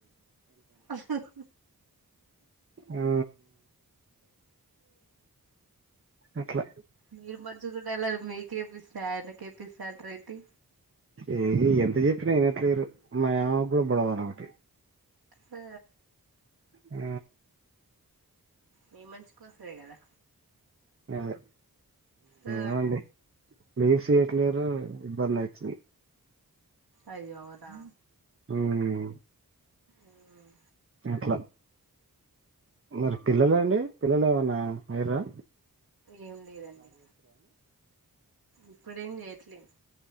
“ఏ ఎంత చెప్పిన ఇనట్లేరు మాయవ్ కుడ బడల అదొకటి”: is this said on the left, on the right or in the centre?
Right